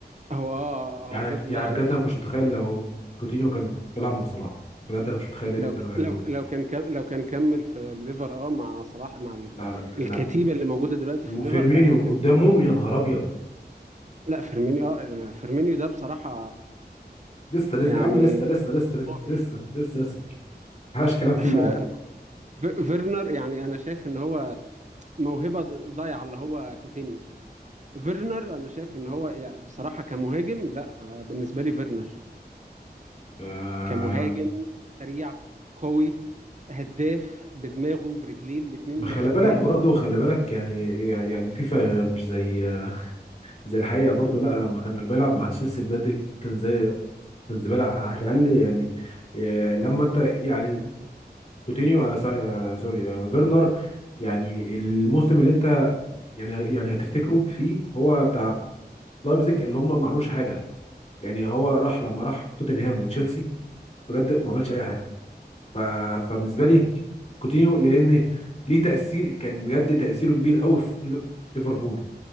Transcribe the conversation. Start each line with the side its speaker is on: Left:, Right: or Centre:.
Right: هو اه
Left: يعني
Right: هو بجد
Left: يعني
Right: ضيع
Left: بجد
Right: نفسه
Left: انا ما كنتش متخيل لو كوتينيو كان بيلعب مع صلاح بجد انا مش متخيل ايه
Right: لو
Left: اللي كانوا
Right: ك-
Left: هيعملوه
Right: لو ك- لو كان كم- لو كان كمل في الليفر اه مع صلاح مع ال-
Left: لا لا
Right: الكتيبه
Left: لا
Right: اللي موجوده دلوقتي
Left: وفيرمينيو
Right: في الليفر لا هو كان
Left: قدامهم يا نهار ابيض
Right: لا فيرمينيو اه فيرمينيو ده بصراحه
Left: لسه لسه
Right: يعني
Left: يا عم لسه لسه لسه
Right: اسطوري
Left: لسه لسه لسه ما حلاش كلام فيه
Right: ف
Left: ده
Right: ف- فيرنر يعني انا شايف ان هو موهبه ض- ضايعه اللي هو كوتينيو فيرنر انا شايف ان هو يعني بصراحه كمهاجم لا آه، بالنسبه لي فيرنر
Left: آه
Right: كمهاجم سريع قوي هداف بدماغه برجليه الاتنين
Left: ما خلي
Right: مش
Left: بالك
Right: طبيعي
Left: برضو خلي بالك يعني يعني فيفا مش زي زي الحقيقه برضو لا لما كان بيلعب مع تشيلسي بجد كان زي كان زباله على الاقل يعني آه لما انت يعني كوتينيو آه سوري آه سوري آه فيرنر يعني الموسم اللي انت يعني يعني هتفتكروا في هو بتاع لايبزيج اللي هم ما عملوش حاجه يعني هو راح لما راح توتنهام وتشيلسي بجد ما عملش اي حاجه ف... فبالنسبه لي كوتينيو لان ليه تاثير كان بجد تاثيره كبير قوي في ليفربول